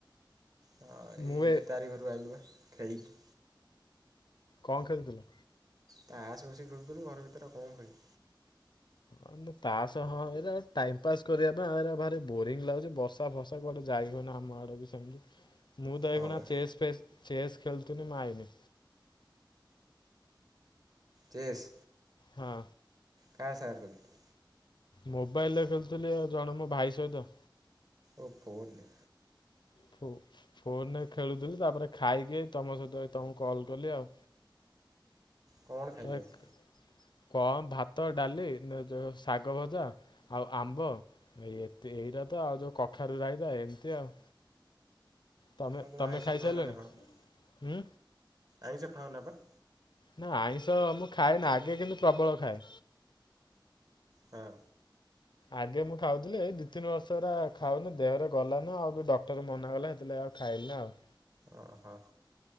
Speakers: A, on the right; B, on the left.
A: ହଁ ଏଇ
B: ମୁଁ
A: ଏବେ
B: ଏ
A: ତାରି ଘରୁ ଆଇଲୁ ବା ଖେଳିକି।
B: କଣ ଖେଳୁଥିଲ?
A: ତାସ ବସିକି ଖେଳୁଥିଲୁ ଘର ଭିତରେ ଆଉ କଣ ଖେଳୁ
B: ହଁ ତାସ ହଁ ଏଇରେ ଟାଇମ ପାସ୍ କରିବା ବା ଆଉ ଏଇରା ଭାରି ବୋରିଂ ଲାଗୁଛି ବଷ୍ ର୍ଷା ଫର୍ଷା କୁଆଡେ ଯାଇ ହଉନି ଆମ ଆଡେ ବି ସେମିତି। ମୁଁ ତ
A: ହଁ
B: ଏଇଖୁନା
A: ବା
B: ଚେସ୍ ଫେସ୍ ଚେସ୍ ଖେଳୁଥିନି ମୁଁ ଆଇନି।
A: ଚେସ୍
B: ହଁ
A: କାହା ସାଙ୍ଗେରେ <unintelligible>
B: ମୋବାଇଲରେ ଖେଳୁଥିଲି ଜଣେ ମୋ ଭାଇ ସହିତ।
A: ଓ ଫୋନ ଲେ।
B: ଫୋ-ଫୋନରେ ଖେଳୁଥିଲି ତାପରେ ଖାଇକି ତମ ସହିତ ଏଇ ତମୁକୁ କଲ୍ କଲି ଆଉ।
A: କ'ଣ ଖାଇଲେ
B: ତାକ୍
A: ଆଜି
B: କଣ ଭାତ, ଡାଲି ଉଁ ଯୋଉ ଶାଗ ଭଜା ଆଉ ଆମ୍ବ। ଏତେ ଏଇଟା ତ ଆଉ ଯୋଉ କଖାରୁ ରାଇତା ଏମତି ଆଉ। ତମେ
A: ହଁ ତୁମେ
B: ତମେ
A: ଆଇଁଷ
B: ଖାଇସାରିଲଣି
A: ଖାାଉନ ନା କଣ ପା,
B: ହୁଁ
A: ଆଇଁଷ ଖାଅନା ପା?
B: ନା ଆଇଁଷ ମୁଁ ଖାଏନା ଆଗେ କିନ୍ତୁ ପ୍ରବଳ ଖାଏ।
A: ହଁ।
B: ଆଗେ ମୁଁ ଖାଉଥିଲି ଏଇ ଦି ତିନି ବର୍ଷ ହେଲା ଖାଉନି ଦେହରେ ଗଲାନି ଆଉ ବି ଡକ୍ଟର ମନା କଲେ ସେଥିଲାଗି ଆଉ ଖାଇଲିନି ଆଉ।
A: ଓ ହୋ।